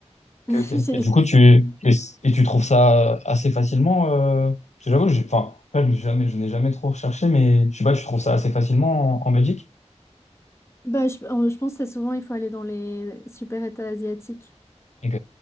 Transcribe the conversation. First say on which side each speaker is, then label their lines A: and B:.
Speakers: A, on the left (about 20°); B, on the left (about 70°).
A: <laughs>
B: ok. ok.
A: J'ai-
B: Et du coup, tu, et, et tu trouves ça euh, assez facilement, euh, parce que j'avoue, j'ai- enfin, là, je me suis jamais, je n'ai jamais trop recherché, mais je sais pas, tu trouves ça assez facilement en, en Belgique?
A: Bah, je, euh, je pense que c'est souvent, il faut aller dans les super états asiatiques.
B: Ok,